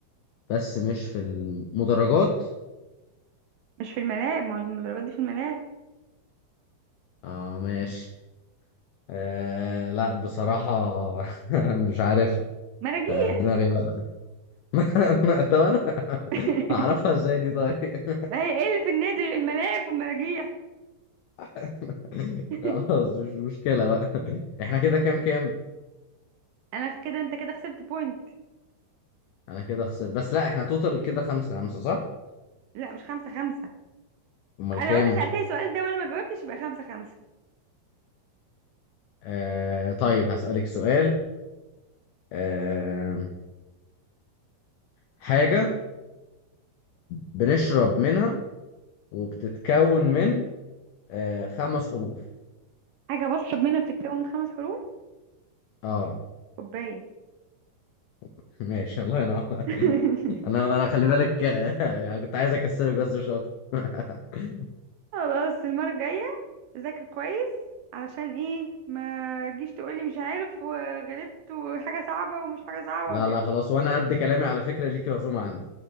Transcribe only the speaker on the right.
مش في الملاعب ما هو المدرجات دي في الملاعب
مراجيح
<laughs>
ما هي ايه اللي في النادي غير الملاعب والمراجيح
<laughs>
انا كده انت كده خسرت بوينت
لا مش خمسة خمسة
انا
لو انت سألتني السؤال ده وانا ما جاوبتش يبقى خمسة خمسة
حاجة بشرب منها بتتكون من خمس حروف
كوباية
<laughs>
خلاص المرة الجاية ذاكر كويس علشان ايه ما تجيش تقولي مش عارف وغلبت وحاجة صعبة ومش حاجة صعبة
وكده